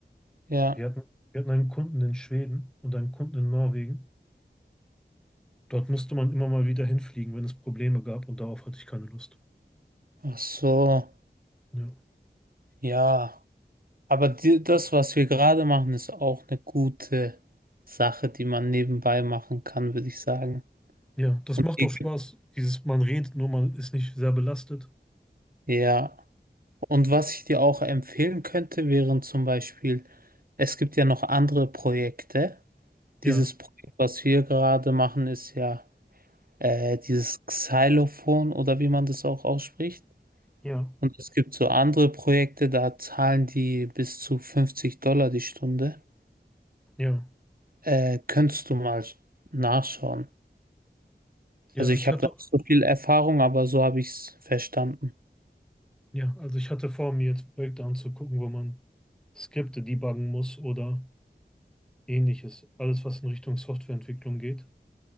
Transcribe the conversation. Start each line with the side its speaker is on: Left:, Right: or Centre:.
Right: Ja.
Centre: Wir hatten, wir hatten einen Kunden in Schweden und einen Kunden in Norwegen. Dort musste man immer mal wieder hinfliegen, wenn es Probleme gab und darauf hatte ich keine Lust.
Right: Ach so.
Centre: Ja,
Right: Ja, aber die, das, was wir gerade machen, ist auch eine gute Sache, die man nebenbei machen kann, würde ich sagen.
Centre: ja, das
Right: Und
Centre: macht
Right: die-
Centre: auch Spaß. Dieses, man redet nur, man ist nicht sehr belastet.
Right: ja, und was ich dir auch empfehlen könnte, wären zum Beispiel, es gibt ja noch andere Projekte.
Centre: Ja,
Right: Dieses Projekt, was wir gerade machen, ist ja äh, dieses Xylophon oder wie man das auch ausspricht.
Centre: ja,
Right: Und es gibt so andere Projekte, da zahlen die bis zu 50 Dollar die Stunde.
Centre: ja,
Right: Äh, könntest du mal nachschauen.
Centre: ja.
Right: Also ich
Centre: Ich
Right: habe
Centre: hatte,
Right: da nicht so viel Erfahrung, aber so habe ich es verstanden.
Centre: ja, also ich hatte vor mir jetzt Projekte anzugucken, wo man Skripte debuggen muss oder Ähnliches, alles was in Richtung Softwareentwicklung geht,